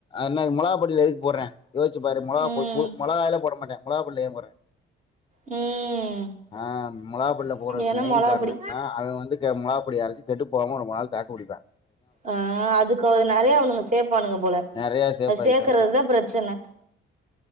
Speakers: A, on the left; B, on the right.
A: என்ன மொளாகாப்பொடில எதுக்கு போடுறே யோசிச்சு பாரு மொளகா
B: ம்
A: போ மொளகாலயே போட மாட்டே மொளகா பொட்டில் ஏ போறே
B: ம்
A: ஆ மொளகாபொடிள போறக்கு
B: என்னமோல
A: மெயின் காரணோ
B: அப்டி
A: என்னா அது வந்து இந்த மொளகாப்பொடியரச்சி கெட்டு போம ரொம்ப நாள் தாக்கு புடிப்பே
B: ஆ அதுக்குது நிறைய அவனுங்க சேர்பானுங்க போல
A: நிறைய சேர்ப்பாங்க
B: அது சேர்க்கறதுதா
A: கெமிக்கல் சேர்ப்பாங்க
B: பிரச்சனை